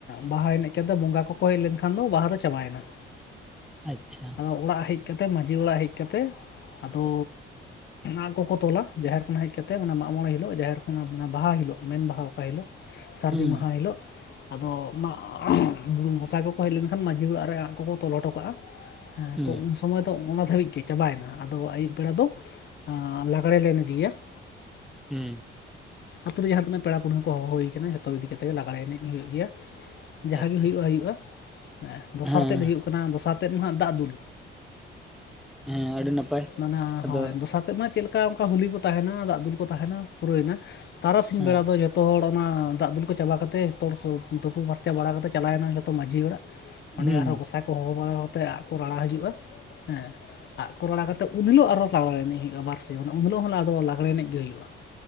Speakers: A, on the left; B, in the centre.
A: ᱵᱟᱦᱟ ᱮᱱᱮᱡ ᱠᱟᱛᱮ ᱵᱚᱸᱜᱟ ᱠᱚᱠᱚ ᱦᱮᱡ ᱞᱮᱱᱠᱷᱟᱱ ᱫᱚ ᱵᱟᱦᱟ ᱫᱚ ᱪᱟᱵᱟᱭᱮᱱᱟ ᱾
B: ᱟᱪᱪᱷᱟ
A: ᱟᱫᱚ ᱚᱲᱟᱜ ᱦᱮᱡ ᱠᱟᱛᱮ ᱢᱟᱺᱡᱷᱤ ᱚᱲᱟᱜ ᱦᱮᱡ ᱠᱟᱛᱮ ᱟᱫᱚ ᱟᱜ ᱠᱚᱠᱚ ᱛᱚᱞᱟ ᱡᱟᱦᱮᱨ ᱦᱮᱡ ᱠᱟᱛᱮᱫ ᱚᱱᱟ ᱢᱟᱜ ᱢᱚᱬᱮ ᱦᱤᱞᱳ ᱡᱟᱦᱮᱨ ᱠᱷᱚᱱᱟᱜ ᱵᱟᱦᱟ ᱦᱤᱞᱳᱜ ᱢᱮᱱ ᱵᱟᱦᱟ ᱚᱠᱟ ᱦᱤᱞᱳᱜ ᱥᱟᱹᱨᱫᱤ
B: ᱦᱩᱸ
A: ᱢᱟᱦᱟ ᱦᱤᱞᱳᱜ ᱟᱫᱚ ᱚᱱᱟ ᱜᱚᱸᱥᱟᱭ ᱠᱚᱠᱚ ᱦᱮᱡ ᱞᱮᱱᱠᱷᱟᱱ ᱢᱟᱺᱡᱷᱤ ᱚᱲᱟᱜ ᱨᱮ ᱟᱜ ᱠᱚᱠᱚ ᱛᱚᱞᱚ ᱦᱚᱴᱚ ᱠᱟᱜᱼᱟ ᱦᱮᱸ
B: ᱦᱩᱸ
A: ᱛᱚᱢ ᱩᱱ ᱥᱚᱢᱚᱭ ᱫᱚ ᱚᱱᱟ ᱫᱷᱟᱹᱵᱤᱡ ᱜᱮ ᱪᱟᱵᱟᱭᱮᱱᱟ ᱟᱫᱚ ᱟᱹᱭᱩᱵ ᱵᱮᱲᱟ ᱫᱚ ᱟᱸ ᱞᱟᱜᱽᱲᱮ ᱞᱮ ᱮᱱᱮᱡᱜᱮᱭᱟ ᱾
B: ᱦᱮᱸ ᱾
A: ᱟᱹᱛᱩ ᱨᱮ ᱡᱟᱦᱟᱸ ᱛᱤᱱᱟᱹᱜ ᱯᱮᱲᱟ ᱯᱩᱱᱦᱟᱹ ᱠᱚ ᱦᱚᱦᱚ ᱦᱩᱭ ᱟᱠᱟᱱᱟ ᱡᱚᱛᱚ ᱤᱫᱤ ᱠᱟᱛᱮᱜ ᱜᱮ ᱞᱟᱜᱽᱲᱮ ᱮᱱᱮᱡ ᱦᱩᱭᱩᱜ ᱜᱮᱭᱟ ᱡᱟᱦᱟᱸᱜᱮ
B: ᱟᱪᱪᱷᱟ
A: ᱦᱩᱭᱩᱜᱼᱟ ᱦᱩᱭᱩᱜᱼᱟ ᱫᱚᱥᱟᱨ
B: ᱦᱮᱸ
A: ᱛᱮᱫ ᱦᱩᱭᱩᱜ ᱠᱟᱱᱟ ᱫᱚᱥᱟᱨ ᱛᱮᱫ ᱢᱟ ᱦᱟᱜ ᱫᱟᱜ ᱫᱩᱞ,
B: ᱦᱮᱸ ᱟᱹᱰᱤ ᱱᱟᱯᱟᱭ
A: ᱢᱟᱱᱮ
B: ᱟᱫᱚ
A: ᱦᱳᱭ ᱫᱚᱥᱟᱨ ᱛᱮᱫ ᱢᱟ ᱪᱮᱫᱞ ᱚᱱᱠᱟ ᱦᱩᱞᱤ ᱠᱚ ᱛᱟᱦᱮᱱᱟ ᱫᱟᱜ ᱫᱩᱞ ᱠᱚ ᱛᱟᱦᱮᱱᱟ ᱯᱩᱨᱟᱹᱭᱱᱟ ᱛᱟᱨᱟᱥᱤᱧ
B: ᱦᱮᱸ
A: ᱵᱮᱲᱟ ᱫᱚ ᱡᱚᱛᱚ ᱦᱚᱲ ᱢᱟ ᱫᱟᱜ ᱫᱩᱞ ᱠᱚ ᱪᱟᱵᱟ ᱠᱟᱛᱮ ᱡᱚᱛᱚ ᱦᱚᱲ ᱥᱩᱯ ᱛᱩᱯᱩ ᱯᱷᱟᱨᱪᱟ ᱵᱟᱲᱟ ᱠᱟᱛᱮ ᱪᱟᱞᱟᱣᱮᱱᱟ ᱡᱷᱚᱛᱚ ᱢᱟᱺᱡᱷᱤ ᱚᱲᱟᱜ ᱚᱸᱰᱮ
B: ᱦᱩᱸ
A: ᱟᱨᱦᱚᱸ ᱜᱚᱸᱥᱟᱭ ᱠᱚ ᱦᱚᱦᱚ ᱵᱟᱲᱟ ᱠᱟᱛᱮᱜ ᱟᱜ ᱠᱚ ᱨᱟᱲᱟ ᱦᱤᱡᱩᱜᱼᱟ ᱦᱮᱸ ᱟᱜ ᱠᱚ ᱨᱟᱲᱟ ᱠᱟᱛᱮᱫ ᱩᱱ ᱦᱤᱞᱳᱜ ᱟᱨᱚ ᱞᱟᱜᱽᱲᱮ ᱮᱱᱮᱡ ᱦᱩᱭᱩᱜᱼᱟ ᱵᱟᱨᱥᱤ ᱩᱱ ᱦᱤᱞᱳᱜ ᱦᱚᱸ ᱟᱫᱚ ᱞᱟᱜᱽᱰᱮ ᱮᱱᱮᱡ ᱜᱮ ᱦᱩᱭᱩᱜᱼᱟ ᱾